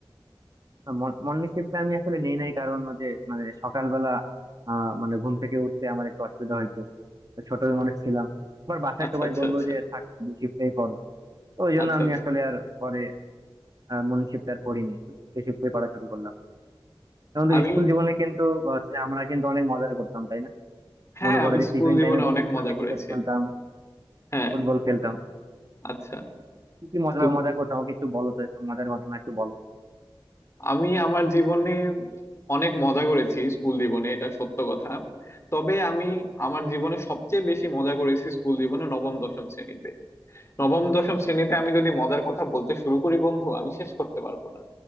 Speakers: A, on the right; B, on the left.
A: তো মর্ন- মর্নিং শিফটে আমি আসলে নেই নাই কারণ ওই যে মানে সকালবেলা আহ মানে ঘুম থেকে উঠতে আমার একটু অসুবিধা হইতো তো ছোট মানুষ ছিলাম আবার বাসায়
B: আচ্ছা
A: সবাই
B: আচ্ছা
A: বললো
B: আচ্ছা
A: যে থাক শিফটেই পড়ো তো ওই জন্য
B: আচ্ছা
A: আমি
B: আচ্ছা
A: আসলে আর পরে মর্নিং শিফটে আর পড়ি নাই ডে শিফটে পড়া শুরু করলাম এখন তো
B: আমি
A: স্কুল জীবনে কিন্তু হচ্ছে আমরা কিন্তু অনেক মজা করতাম তাই না
B: হ্যাঁ
A: মনে করো
B: আমি
A: যে
B: স্কুল
A: টিফিন
B: জীবনে
A: টাইমে বন্ধুদের
B: অনেক মজা
A: সঙ্গে ক্রিকেট
B: করেছি
A: খেলতাম
B: হ্যাঁ
A: ফুটবল খেলতাম
B: আচ্ছা
A: কি কি মজা
B: তো
A: মজা করতাম আমাকে একটু বলো তো একটু মজার ঘটনা একটু বলো
B: আমি আমার জীবনে অনেক মজা করেছি স্কুল জীবনে এটা সত্য কথা তবে আমি আমার জীবনে সবচেয়ে বেশি মজা করেছি স্কুল জীবনে নবম দশম শ্রেণীতে নবম দশম শ্রেণীতে আমি যদি মজার কথা বলতে শুরু করি বন্ধু আমি শেষ করতে পারবো না